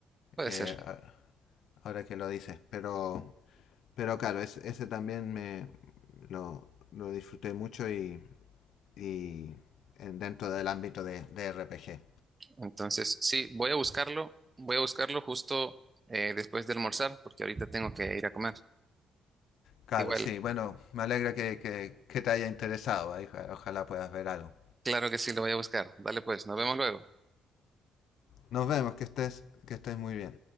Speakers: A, on the right; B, on the left.
A: puede
B: eh,
A: ser.
B: a- ahora que lo dices, pero... Pero claro, es- ese también me lo, lo disfruté mucho y, y en- dentro del ámbito de, de RPG.
A: Entonces, sí, voy a buscarlo, voy a buscarlo justo eh, después de almorzar, porque ahorita tengo que ir a comer.
B: Claro,
A: Igual.
B: sí, bueno, me alegra que, que- que te haya interesado, ahí, ojalá puedas ver algo.
A: Claro que sí, lo voy a buscar. Dale pues, nos vemos luego.
B: Nos vemos, que estés, que estés muy bien.